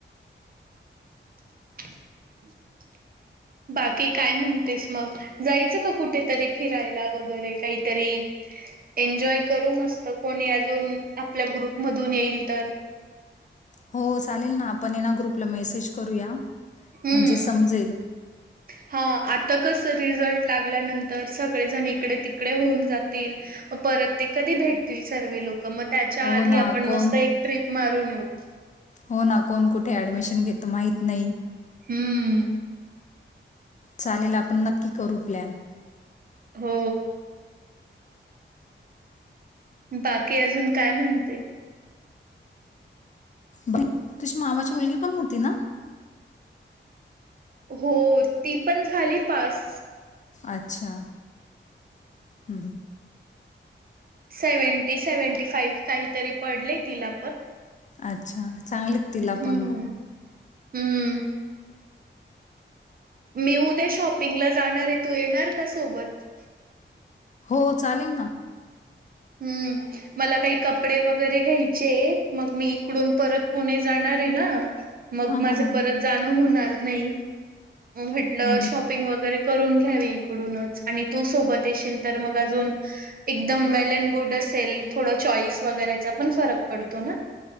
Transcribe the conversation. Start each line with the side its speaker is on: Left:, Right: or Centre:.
Right: <unintelligible> बाकी काय म्हणतेस मग,, जायचं का कुठेतरी फिरायला वगैरे काहीतरीऽऽ एन्जॉय करू मस्त कोणी अजून ऽऽआपल्या ग्रुपमधून येईल तर,
Left: हो चालेल ना आपण येना ग्रुपला मेसेज करूया,
Right: हम्म.
Left: म्हणजे समजेल.
Right: हा आता कसं रिझल्ट लागल्यानंतर सगळे जण इकडे, तिकडे होऊन जातील म परततेऽऽ भेटतील सर्वे लोकं म त्याच्या
Left: हो
Right: आधी
Left: ना,
Right: आपण
Left: कोण
Right: मस्त एक ट्र्रीप मारून येऊ.
Left: हो ना कोण कुठे ऍडमिशन घेतं माहत नाही.
Right: हम्म,
Left: चालेल आपण नक्की करू प्लॅन.
Right: हो. बाकी, अजून काय म्हणते?
Left: बाई, तुझी मामाची मुलगी पण होती नाऽऽ?
Right: हो, ती पण झाली पास.
Left: अच्छा, हम्म, हम्म
Right: सेव्हनटी, सेव्हंटी फाईव काहीतरी पडले तिला
Left: अच्छा, चांगलेत तिला
Right: हम्म
Left: पण मग
Right: हम्म मी उद्या शॉपिंगला जाणार ऐ, तू येणार का सोबत.
Left: हो चालेल ना.
Right: हम्म, मला काही कपडे वगैरे घ्यायचेय मग मी इकडून परत पुणे जाणार ऐ ना, मग
Left: हां,
Right: माझ
Left: हां, हां.
Right: परत जाणं होणार नाही. म म्हटलं
Left: हं.
Right: शॉपिंग वगैरे करून घ्यावी इकडूनच, आणि तू सोबत येशील तर मग अजून एकदम वेल अँड गुड असेल,, थोडं चॉईस वगैरेचा पण फरक पडतो ना.